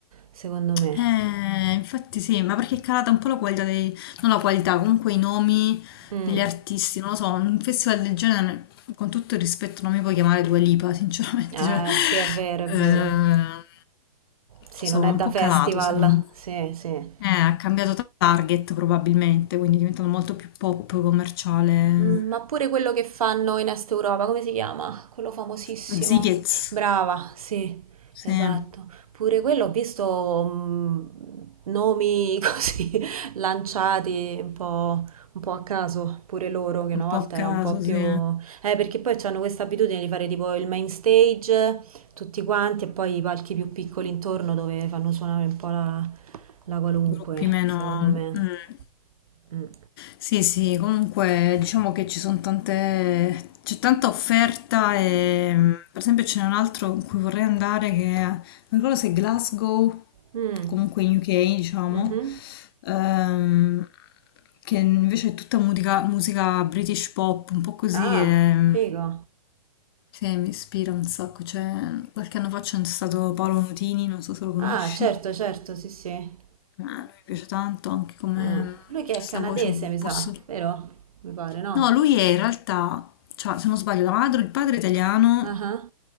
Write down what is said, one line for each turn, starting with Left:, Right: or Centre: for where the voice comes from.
Right: secondo me.
Left: Eh, infatti sì, ma perché è calata un po' la qualità dei... non la qualità, comunque i nomi
Right: Mm.
Left: degli artisti, non lo so, un festival del genere, con tutto il rispetto, non mi puoi chiamare Dua Lipa, <laughs> sinceramente,
Right: Ah,
Left: cioè...
Right: sì, è vero, è vero.
Left: eh, non
Right: Sì,
Left: lo so,
Right: non è
Left: è un
Right: da
Left: po'
Right: festival.
Left: calato secondo me.
Right: Sì, sì.
Left: Eh, ha cambiato target probabilmente, quindi è diventato molto più pop commerciale.
Right: Mm, Ma pure quello che fanno in Est Europa, come si chiama? Quello famosissimo.
Left: Lo Zigez,
Right: Brava, sì,
Left: sì,
Right: esatto.
Left: un
Right: Pure quello ho visto mm, nomi <laughs> così lanciati un po', un po' a caso, pure loro, che una volta
Left: po' a caso,
Right: era un po' più...
Left: sì,
Right: Eh, perché poi hanno questa abitudine di fare tipo il main stage, tutti quanti, e poi i palchi più piccoli intorno dove fanno suonare un po' la, la qualunque,
Left: gruppi meno...
Right: secondo me.
Left: mm.
Right: Mm.
Left: Sì, sì, comunque diciamo che ci sono tante... c'è tanta offerta e mm, per esempio ce n'è un altro in cui vorrei andare che è- non ricordo se è Glasgow,
Right: Mh.
Left: comunque in UK, diciamo,
Right: Mh-mh.
Left: ehm, che invece è tutta musica, musica British pop, un po' così
Right: Ah,
Left: che...
Right: figo.
Left: Sì, mi ispira un sacco. Cioè, qualche anno fa c'è stato Paolo Nutini, non so se lo conosci.
Right: Ah, certo,
Left: Eh,
Right: certo, sì, sì.
Left: lui mi piace tanto, anche come
Right: Ah.
Left: mm,
Right: Lui che
Left: questa
Right: è canadese,
Left: voce un
Right: mi
Left: po'
Right: sa,
Left: sol-
Right: vero? Mi pare, no?
Left: No, lui è in realtà, cioè, se non sbaglio, la madre, il padre è italiano
Right: Ah-ah. Ah,